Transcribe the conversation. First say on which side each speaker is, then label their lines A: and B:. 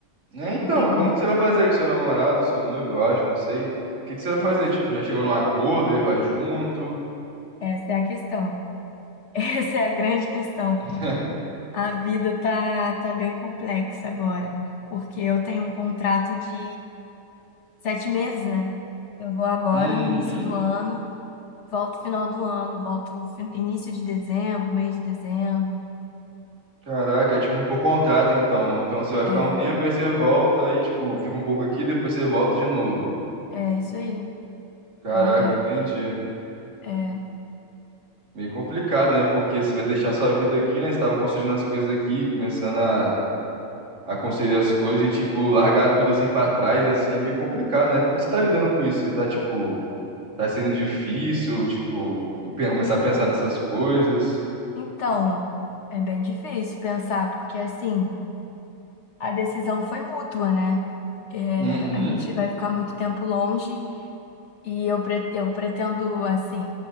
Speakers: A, on the right; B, on the left.
A: É, então,
B: não tem como.
A: como que você vai fazer com seu namorado, seu noivo, eu acho, não sei. O que que você vai fazer?
B: É,
A: Tipo, já chegou num acordo, ele vai junto?
B: Essa é a questão. <laughs> Essa é a grande questão.
A: <laughs>
B: pô. A vida tá, tá bem complexa agora, porque eu tenho um contrato de sete meses, né? Eu vou agora
A: Uhum.
B: no início do ano, volto final do ano, volto fin- início de dezembro, meio de dezembro.
A: Caraca, é tipo por contrato então. Então você vai
B: É,
A: ficar um tempo, aí você volta, aí tipo, fica um pouco aqui, depois você volta de novo.
B: é isso aí.
A: Caraca,
B: É, é,
A: entendi.
B: é.
A: Meio complicado, né? Porque você vai deixar sua vida aqui, né? Você tava construindo as coisas aqui, começando a, a construir as coisas e, tipo, largar tudo assim pra trás, assim, é meio complicado, né? Como que você tá lidando com isso? Você tá, tipo, tá sendo difícil, tipo, pe- começar a pensar nessas coisas?
B: Então, é bem difícil pensar, porque assim, a decisão foi mútua, né? É,
A: Uhum,
B: a gente vai ficar muito tempo longe E eu, pre- eu pretendo, assim,